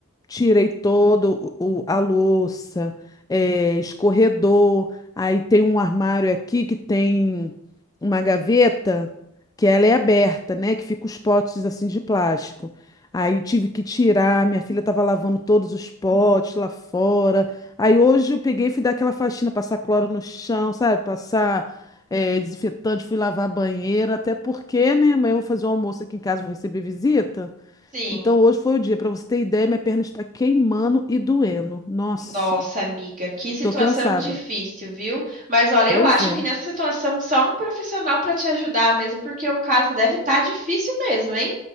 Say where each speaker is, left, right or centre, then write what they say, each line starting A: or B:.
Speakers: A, on the left; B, on the right.
A: tirei todo o, a louça, eh, escorredor. Aí tem um armário aqui que tem uma gaveta que ela é aberta, né? Que fica os potes assim de plástico. Aí tive que tirar, minha filha estava lavando todos os potes lá fora. Aí hoje eu peguei e fui dar aquela faxina, passar cloro no chão, sabe? Passar eh, desinfetante, fui lavar a banheira, até porque, né? Amanhã eu vou fazer um almoço aqui em casa, vou receber visita.
B: Sim.
A: Então hoje foi o dia. Para você ter ideia, minha perna está queimando e doendo. Nossa,
B: Nossa, amiga, que situação
A: tô cansada.
B: difícil, viu? Mas olha,
A: Pois
B: eu acho
A: é.
B: que nessa situação só um profissional pra te ajudar mesmo, porque o caso deve estar difícil mesmo, hein?